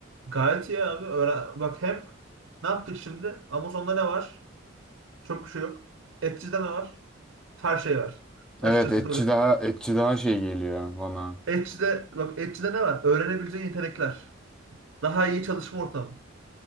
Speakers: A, on the right (about 70°); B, in the centre.
A: Gayet iyi abi. Öğren Bak hem ne yaptık şimdi? Amazon'da ne var? Çok bir şey yok. Etçi'de ne var? Her şey var. Açıkçası
B: Evet, etçi
A: soru.
B: daha etçi daha şey geliyor bana.
A: Etçi'de, bak Etçi'de ne var? Öğrenebileceğin yetenekler. Daha iyi çalışma ortamı.